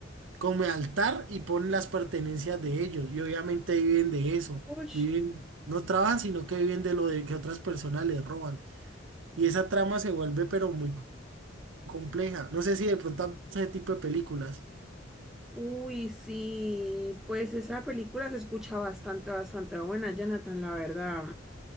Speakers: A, on the right; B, in the centre.
A: como de altar y ponen las pertenencias de ellos, y obviamente viven de eso,
B: ¡Auch!
A: viven, no trabajan, sino que viven de lo de que otras personas les roban. Y esa trama se vuelve pero muy compleja. No sé si de pronto han visto ese tipo de películas.
B: Uy, sí, pues esa película se escucha bastante, bastante buena, Jonathan, la verdad.